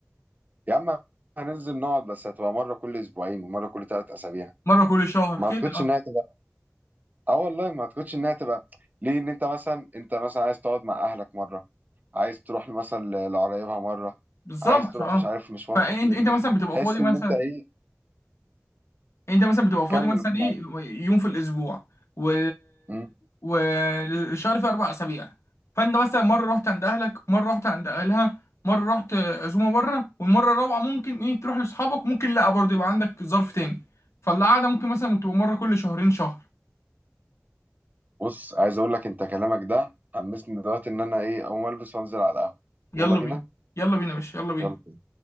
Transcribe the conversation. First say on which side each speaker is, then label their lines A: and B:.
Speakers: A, on the right; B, on the left.
A: يا عم هننزل نقعد بس هتبقى مره كل اسبوعين ومره كل ثلاث اسابيع
B: مره كل شهر
A: ما اعتقدش
B: كده اه
A: انها اه والله ما تكونش انها تبقى ليه ان انت مثلا انت مثلا عايز تقعد مع اهلك مره عايز تروح مثلا ل- لقرايبها مره
B: بالظبط
A: عايز تروح
B: اه
A: مش عارف مشوار
B: فانت
A: فلاني
B: انت مثلا بتبقى
A: تحس
B: فاضي مثلا
A: ان انت ايه
B: يعني انت مثلا بتبقى فاضي
A: كمل
B: مثلا
A: قول
B: ايه
A: معايا
B: يوم في الاسبوع و
A: مم.
B: والشهر فيه اربع اسابيع فانت مثلا مره رحت عند اهلك مره رحت عند اهلها مره رحت عزومه بره والمره الرابعه ممكن ايه تروح لاصحابك ممكن لا برضه يبقى عندك ظرف تاني فالقعده ممكن مثلا بتبقى مره كل شهرين شهر
A: بص عايز اقول لك انت كلامك ده حمسني دلوقتي ان انا ايه اقوم البس وانزل على القهوه
B: يلا
A: يلا بينا
B: بينا يلا بينا يا باشا يلا بينا
A: يلا